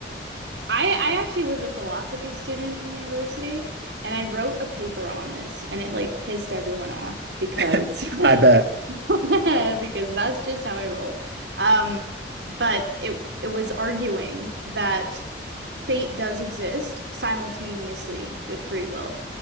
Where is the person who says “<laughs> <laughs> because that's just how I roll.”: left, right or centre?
Right